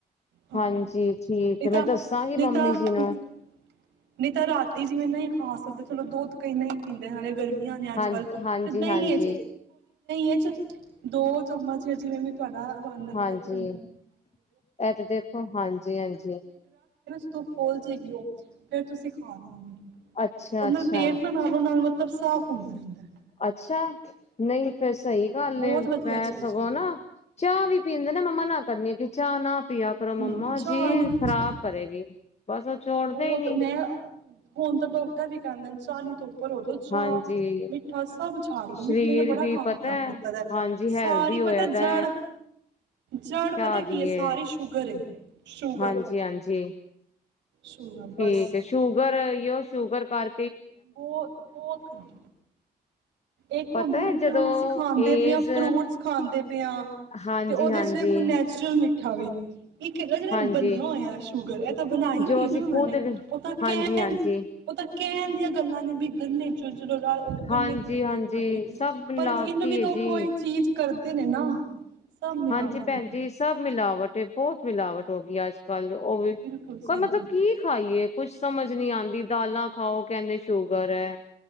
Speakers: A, on the right; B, on the left.
A: ਹਾਂ
B: ਹਾਂਜੀ ਠੀਕ
A: ਨਹੀਂ ਤਾਂ
B: ਮੈਂ ਦੱਸਾਂਗੀ
A: ਨਹੀਂ ਤਾਂ
B: ਮੰਮੀ
A: ਨਹੀਂ
B: ਜੀ ਨੂੰ
A: ਤਾਂ ਨਹੀਂ ਤਾਂ, ਰਾਤੀ ਜਿਵੇਂ ਨਹੀਂ ਖਾ ਸਕਦੇ ਥਲੋ ਦੁੱਧ ਕਈ ਨਹੀਂ ਹੀ ਪੀਂਦੇ ਹਣੇ ਗਰਮੀ
B: ਹਾਂ ਹਾਂਜੀ
A: ਬ ਦਹੀਂ
B: ਹਾਂਜੀ
A: <inaudible> ਹੀ ਚ ਦੋ ਚਮਚ ਜਾਂ ਜਿਵੇਂ ਵੀ ਤੁਹਾਡਾ ਿੰ
B: ਹਾਂਜੀ
A: ਰੱਖ
B: ਇਹ ਤੇ ਦੇਖੋ ਹਾਂਜੀ ਹਾਂਜੀ
A: <inaudible> ਤੂੰ ਫੋਲ ਜੇਗੀਓ ਫੇਰ ਤੁਸੀਂ ਖਾ ਲੋ ਉਹਨੂੰ
B: ਅੱਛਾ
A: ਉਹ ਨਾਲ
B: ਅੱਛਾ
A: ਪੇਟ ਨਾਲ ਨਾਲੋਂ ਨਾਲ ਮ ਸਬ ਸਾਫ਼ ਹੁੰਦਾ ਰਹਿੰਦਾ
B: ਅੱਛਾ, ਨਹੀਂ। ਫੇਰ ਸਹੀ
A: ਹਾਂ
B: ਗੱਲ
A: ਬਹੁਤ
B: ਏ,
A: ਵਧੀਆ
B: ਮੈਂ
A: ਚੀਜ਼
B: ਸਗੋਂ
A: ਹੈ ਉਹ
B: ਨਾ ਚਾਹ ਵੀ ਪੀਂਦੇ ਨੇ ਮੰਮਾ ਨ ਕਰਨੀ ਹੈ ਕਿ ਚਾਹ ਨਾ ਪਆ ਕਰੋ ਮੰਮਾ
A: ਨਹੀਂ ਨਹੀਂ ਚਾਹ
B: ਜੀ
A: ਨਹੀਂ
B: ਖ਼ਰਾਬ
A: ਚਾਹ
B: ਕਰੇਗੀ ਬਸ ਛੋੜਦੇ
A: ਬਹੁਤ
B: ਹੀ ਨੀ
A: ਮੈਂ ਹੁਣ ਤਾਂ ਡੋ ਵੀ ਕਰਦੇ ਨੇ ਸਾਲੀ ਤੋਂ ਭਰੋ ਦੋ ਚਾਹ
B: ਹਾਂਜੀ
A: ਮਿੱਠਾ ਸਭ ਛਾਡ ਦੋ
B: ਸਰੀਰ
A: ਮਿੱਠੇ ਨੇ ਬੜਾ
B: ਵੀ
A: ਕੰਮ
B: ਪਤਾ
A: ਖ਼ਰਾਬ
B: ਹੈ
A: ਕੀਤਾ ਦਾ
B: ਹਾਂਜੀ ਹੈਲਦੀ
A: ਸਾਰੀ
B: ਹੋਇਆ
A: ਪਤਾ
B: ਦਾ
A: ਜੜ ਜਾੜ
B: ਚਾਹ
A: ਪਤਾ ਕੀ
B: ਦੀਏ
A: ਹੈ ਸਾਰੀ ਸ਼ੂਗਰ ਹੈ ਸ਼ੂਗਰ
B: ਹਾਂਜੀ ਹਾਂਜੀ
A: ਸ਼ੂਗਰ ਬਸ
B: ਠੀਕ ਸ਼ੂਗਰ ਸ਼ੂਗਰ ਕਾਰ
A: ਬਹੁਤ ਬਹੁਤ ਖਰਾਬ ਇੱਕ
B: ਪਤਾ
A: ਹੁੰਦੀ ਨਾ
B: ਹੈ
A: ਕਿ
B: ਜਦੋਂ
A: ਹਾਂ ਅਸੀਂ ਖਾਂਦੇ
B: ਏਜ
A: ਪਏ ਹਾਂ ਫਰੂਟਸ ਖਾਂਦੇ ਪਏ ਹਾਂ
B: ਹਾਂਜੀ
A: ਤੇ ਉਹਦੇ
B: ਹਾਂਜੀ
A: ਚ ਦੇਖੋ ਨੈਚੁਰਲ ਮਿੱਟੀ ਅੱਠਵੇ ਇੱਕ ਹੈਗਾ ਜਿਹੜਾ
B: ਹਾਂਜੀ
A: ਬਣਿਆ ਹੋਇਆ ਸ਼ੂਗਰ, ਇਹ ਤਾਂ ਬਣਾਈ ਹੋਈ
B: ਜੋ
A: ਹੈ
B: ਅਸੀਂ
A: ਨਾ ਉਹਨਾਂ
B: ਖੁਦ
A: ਨੇ ਉਹ ਤਾਂ ਕਹਿਣ
B: ਹਾਂਜੀ ਹਾਂਜੀ
A: ਉਹ ਤਾਂ ਕਹਨ ਦੀ ਗੱਲਾਂ ਨੇ ਵੀ ਗੰਨੇ ਚੋਂ ਜਦ ਉਹ ਗੰਨੇ
B: ਹਾਂਜੀ
A: ਦੀ ਬਣਦੀ
B: ਹਾਂਜੀ
A: ਹੈ ਖੰਡ ਵਿੱਚ
B: ਸਭ ਮਿਲਾਵਟੀ
A: ਪਰ ਇਹਨੂੰ ਵੀ ਤਾਂ
B: ਹੈ ਜੀ
A: ਕੋਈ ਚੀਜ਼ ਕਰਦੇ ਨੇ ਨਾ, ਸਭ ਮਿਲਾਵਟ
B: ਹਾਂਜੀ ਭੈਣ
A: ਏ
B: ਜੀ ਸਭ ਮਿਲਾਵਟ ਤੇ ਬਹੁਤ ਮਿਲਾਵਟ ਹੋ ਗਈ ਅੱ ਕਲ ਉਹ ਵੀ,
A: ਬਿਲਕੁਲ ਸਹੀ
B: ਕੋਈ ਮਤਲਬ
A: ਕਿਹਾ,
B: ਕੀ ਖਾਈਏ ਕੁੱਝ ਸਮਝ ਸਮਝ ਨਹੀਂ ਆਉਂਦੀ ਦਾਲਾਂ ਖਾਓ ਕਹਿੰਦੇ ਸ਼ੂਗਰ ਹੈ,